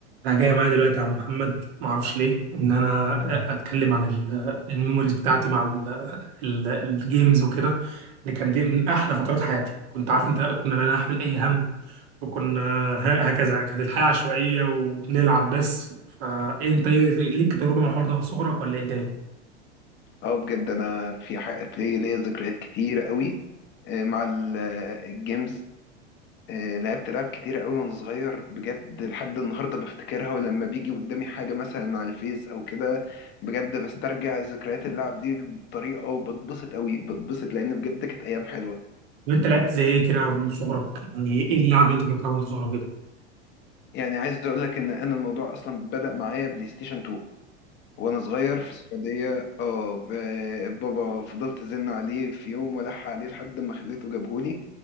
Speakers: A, on the right; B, on the left.
A: انا جاي معايا دلوقتي يا عم محمد ما اعرفش ليه ان انا اتكلم عن ال- الميموريز بتاعتي مع ال- ال- الجيمز وكده اللي كان دي من احلى فترات حياتي كنت عارف انت كنا لا نحمل اي هم وكنا ه- هكذا كانت الحياه عشوائيه وبنلعب بس فانت إيه- ليك تجربه مع الحوار ده من صغرك ولا ايه الدنيا؟
B: اه بجد انا في ح- في ليا ذكريات كتيره قوي آه، مع ال- آه، الجيمز آه، لعبت لعب كتيره قوي وانا صغير بجد لحد النهارده بفتكرها ولما بيجي قدامي حاجه مثلا على الفيس او كده بجد بسترجع ذكريات اللعب دي بطريقه وبتبسط قوي بتبسط لان بجد كانت ايام حلوه
A: وانت لعبت زي ايه كده من صغرك؟ يعني ايه اللعب اللي انت كنت بتلعبها من صغرك كده؟
B: يعني عايز اقول لك ان انا الموضوع اصلا بدأ معايا بلاي ستيشن 2 وانا صغير في السعوديه اه ب- بابا فضلت ازن عليه في يوم والح عليه لحد ما خليته جابهولي